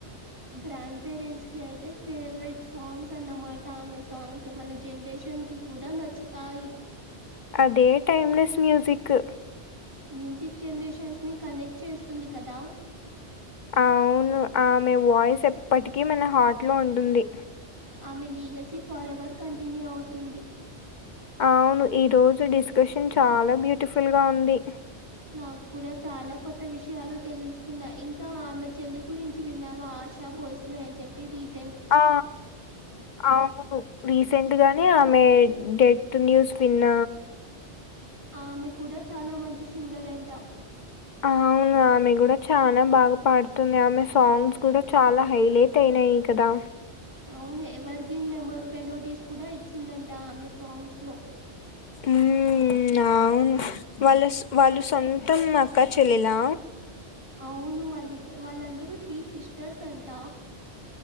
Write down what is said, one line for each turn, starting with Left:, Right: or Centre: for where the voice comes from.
Right: గ్రాండ్ పేరెంట్స్ కి అయితే ఫేవరెట్ సాంగ్స్ అన్నామాట ఆమె సాంగ్స్ మన జనరేష చొంకి కూడా నచ్చుతాయి
Left: అదే టైమ్లెస్ మ్యూసిక్
Right: మ్యూజిక్ జనరేషన్స్ ని కనెక్ట్ చేస్తుంది కదా
Left: అవును ఆమె వాయిస్ ఎప్పటికీ మన హార్ట్ లో ఉంటుంది.
Right: ఆమె లీగసీ ఫర్ ఎవర్ కంటిన్యూ అవుతుంది
Left: అవును ఈరోజు డిస్కషన్ చాలా బ్యూటిఫుల్ గా ఉంది
Right: నాకు కూడా చాలా కొత్త విషయాలు తెలుసుకున్నా ఇంకా ఆమె చెల్లి గురించి విన్నావా ఆశా బోస్లే అని చెపి రిస్
Left: ఆ అవును రీసెంట్గానే ఆమె డెడ్ న్యూస్ విన్న
Right: ఆమె కూడా చాలా మంచి సింగర్ అంట
Left: అవును ఆమె కూడా చనా బాగా పాడుతుంది ఆమె సాంగ్స్ కూడా చాలా హైలైట్ అయి నయి కదా
Right: అవును ఎవర్ గ్రీన్ మె మెలోడీస్ కూడా ఇచ్చిందంట ఆ ఆమె సాంగ్స్ లో
Left: ఉమ్ అవును వాళ్ళ వాళ్ళు సొంతం అక్క చెల్లెలా
Right: అవును. వాళ్ళిద్ వాళ్ళందరూ త్రీ సిస్టర్స్ అంట